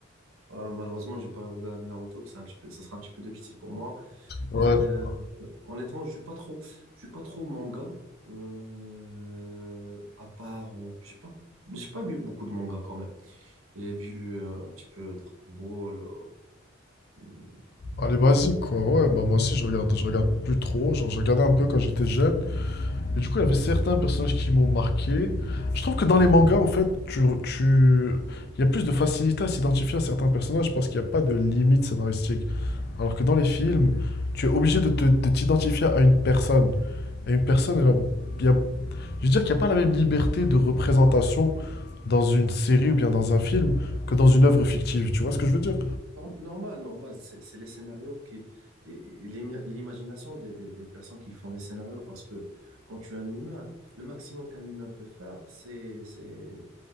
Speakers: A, on the right; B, on the left.
A: euh, malheureusement, j'ai pas regardé Naruto. C'est un petit peu, ça sera un petit peu de pitié pour moi.
B: Ouais,
A: Euh,
B: ok.
A: honnêtement, je suis pas trop, je suis pas trop manga. Euh, à part, euh, j'ai pas, j'ai pas vu beaucoup de mangas quand même. J'ai vu euh, un petit peu Dragon Ball. euh,
B: Allez, basique, quoi. Ouais, bah moi aussi, je regarde, je regarde plus trop. Genre, je regardais un peu quand j'étais jeune. Et du coup, il y avait certains personnages qui m'ont marqué. Je trouve que dans les mangas, en fait, tu, tu- il y a plus de facilité à s'identifier à certains personnages parce qu'il n'y a pas de limite scénaristique. Alors que dans les films, tu es obligé de te- de t'identifier à une personne. Et une personne, elle a- il y a- je veux dire qu'il n'y a pas la même liberté de représentation dans une série ou bien dans un film que dans une œuvre fictive. Tu vois ce que je veux dire?
A: Norm- Normal, normal, c'est c'est les scénarios qui, et- et l'im- l'imagination des, des- des personnes qui font les scénarios, parce que quand tu es un humain, le maximum qu'un humain peut faire, c'est c'est